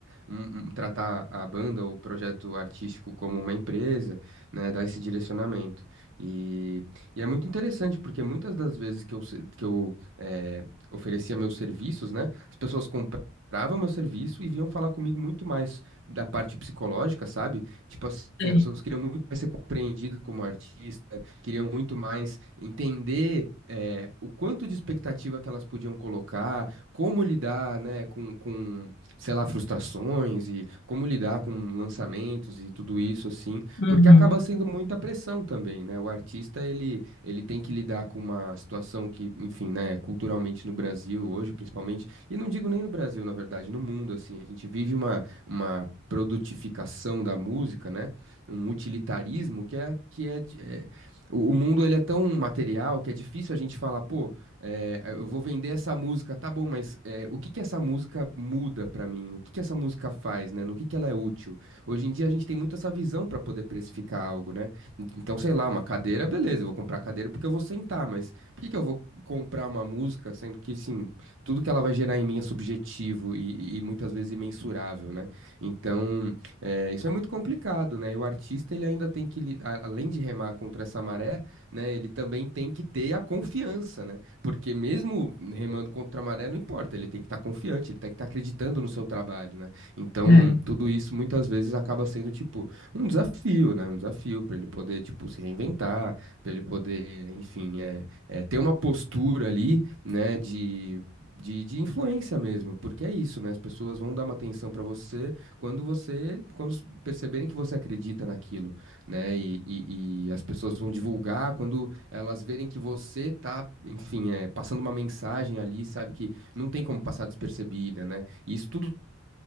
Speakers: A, on the right; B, on the left.
A: um- um- tratar a banda ou o projeto artístico como uma empresa, né, dar esse direcionamento. E, e é muito interessante, porque muitas das vezes que eu, se- que eu eh, oferecia meus serviços, né, as pessoas compravam meu serviço e vinham falar comigo muito mais da parte psicológica, sabe? Tipo assim,
B: Sei.
A: as pessoas queriam muito mais ser compreendidas como artista, queriam muito mais entender eh, o quanto de expectativa que elas podiam colocar, como lidar, né, com, com sei lá, frustrações e como lidar com lançamentos e tudo isso assim,
B: Uhum.
A: porque acaba sendo muita pressão também, né? O artista ele ele tem que lidar com uma situação que, enfim, né, culturalmente no Brasil hoje, principalmente, e não digo nem no Brasil, na verdade, no mundo assim, a gente vive uma uma produtificação da música, né? Um utilitarismo que é que é, de- é- o o mundo ele é tão material que é difícil a gente falar, pô, é, eu vou vender essa música, tá bom, mas é, o que que essa música muda pra mim? O que que essa música faz, né? No que que ela é útil? Hoje em dia a gente tem muito essa visão pra poder precificar algo, né? Então, sei lá, uma cadeira, beleza, eu vou comprar cadeira porque eu vou sentar, mas por que que eu vou comprar uma música sendo que, assim, tudo que ela vai gerar em mim é subjetivo e, e muitas vezes imensurável, né? Então, é, isso é muito complicado, né? E o artista, ele ainda tem que, li- a- além de remar contra essa maré, né, ele também tem que ter a confiança, né? Porque mesmo remando contra a maré, não importa, ele tem que estar confiante, ele tem que estar acreditando no seu trabalho, né? Então,
B: É,
A: tudo isso muitas vezes acaba sendo, tipo, um desafio, né? Um desafio para ele poder, tipo, se reinventar, para ele poder, enfim, é, é, ter uma postura ali, né, de. De, de influência mesmo, porque é isso, né? As pessoas vão dar uma atenção para você quando você, quando s- perceberem que você acredita naquilo, né? E, e, e as pessoas vão divulgar quando elas verem que você tá, enfim, é, passando uma mensagem ali, sabe, que não tem como passar despercebida, né? E isso tudo